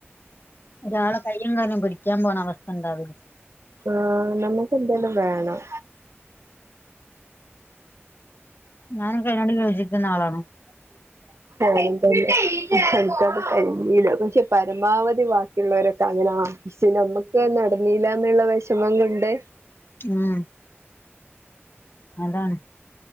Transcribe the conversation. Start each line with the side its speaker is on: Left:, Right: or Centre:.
Left: ഒരാളെ കയ്യും കാലും പിടിക്കാൻ പോണ അവസ്ഥണ്ടാവര്ത്.
Right: ആഹ് നമുക്ക് എന്തെലും വേണം.
Left: ഞാൻ ഒക്കെ അയ്നോട് യോജിക്കുന്ന ആളാണ്.
Right: എനിക്കങ്ങനെ കഴിഞ്ഞില്ല പക്ഷെ പരമാവധി ബാക്കിയുള്ളവരൊക്കെ അങ്ങനാ ഷേ നമ്മക്കേ നടന്നില്ലാന്ന്ള്ള വെഷമം കൊണ്ട്
Left: ആഹ് ആതാണ്